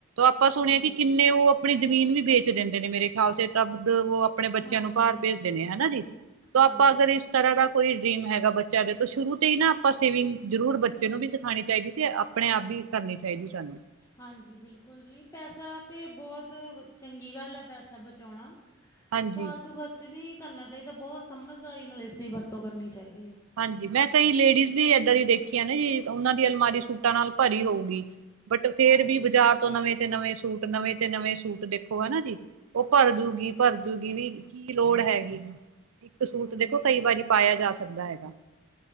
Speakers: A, on the right; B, on the left.
A: ਆਪਾਂ ਸੁਣਿਆ
B: ਹਾਂਜੀ
A: ਕਿ ਕਿੰਨੇ ਉਹ ਆਪਣੀ ਜ਼ਮੀਨ ਵੀ ਵੇਚ ਦਿੰਦੇ ਨੇ ਮੇਰੇ ਖਿਆਲ ਚ ਤਾਂ ਤਬ ਉਹ ਆਪਣੇ ਬੱਚਿਆਂ
B: ਹਾਂਜੀ
A: ਨੂੰ ਭਰ ਭੇਜਦੇ ਨੇ ਹਨਾ ਜੀ, ਤੋ
B: ਹਾਂਜੀ
A: ਆਪਾਂ ਅਗਰ ਇਸ ਤਰ੍ਹਾਂ ਦਾ ਕੋਈ ਡਰੀਮ ਹੈਗਾ ਬੱਚਿਆਂ ਦੇ ਤੋਂ ਸ਼ੁਰੂ ਤੇ ਹੀ ਨਾ ਆਪਾਂ ਸੇਵਿੰਗ, ਜ਼ਰੂਰ ਬੱਚੇ ਨੂੰ ਵੀ ਸਿਖਾਣੀ ਚਾਹੀਦੀ ਤੇ ਆਪਣੇ ਆਪ ਵੀ ਕਰਨੀ ਚਾਹੀਦੀ ਸਾਨੂੰ।
B: ਹਾਂਜੀ, ਬਿਲਕੁਲ ਜੀ ਪੈਸਾ ਤੇ ਬਹੁਤ ਚੰਗੀ ਗੱਲ ਹੈ ਪੈਸਾ ਬਚਾਉਣਾ
A: ਹਾਂਜੀ।
B: ਫਾਲਤੂ ਖਰਚ ਨਹੀਂ ਕਰਨਾ ਚਾਹੀਦਾ, ਬਹੁਤ ਸਮਝਦਾਰੀ ਨਾਲ ਇਸ ਦੀ ਵਰਤੋ ਕਰਨੀ ਚਾਹੀਦੀ ਹੈ।
A: ਹਾਂਜੀ, ਮੈਂ ਕਈ ਲੇਡੀਜ਼ ਵੀ ਏਦਾਂ ਦੀ ਦੇਖੀਆ ਨਾ ਜੀ, ਉਹਨਾਂ ਦੀ ਅਲਮਾਰੀ ਸੂਟਾਂ ਨਾਲ ਭਰੀ ਹੋਊਗੀ, ਬਟ ਫੇਰ
B: ਹਾਂਜੀ,
A: ਵੀ ਬਾਜ਼ਾਰ ਤੋਂ ਨਵੇਂ ਤੇ ਨਵੇਂ ਸੂਟ ਨਵੇਂ ਤੇ ਨਵੇਂ ਸੂਟ ਦੇਖੋ ਹਨਾ ਜੀ। ਉਹ ਭਰਜੂਗੀ-ਭਰਜੂਗੀ
B: ਹਾਂਜੀ ਬਿਲਕੁਲ
A: ਵੀ ਕੀ ਲੋੜ ਹੈਗੀ, ਇੱਕ ਸੂਟ
B: ਹਾਂਜੀ,
A: ਦੇਖੋ ਕਈ ਵਾਰੀ ਪਾਇਆ ਜਾ ਸਕਦਾ ਹੈਗਾ।